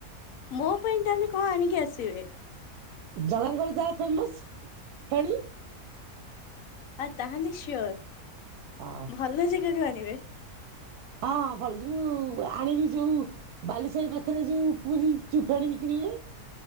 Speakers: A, on the left; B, on the right.
A: ମୋ ପାଇଁ ତାହେଲେ କଣ ଆଣିକି ଆସିବେ?
B: ଜଗାଙ୍କର ଯାହା ଫେମସ ଫେଣୀ
A: ଆ ତାହେଲେ ସିୟୋର୍
B: ହଁ
A: ଭଲ ଯେ ସେଠୁ ଆଣିବେ।
B: ହଁ ଭଲ ଯୋଉ ଆଣିବି ଯୋଉ ବାଲିସାହି ପାଖରେ ଯୋଉ ପୁରୀ ଚୁପାଡି ବିକ୍ରି ହୁଏ।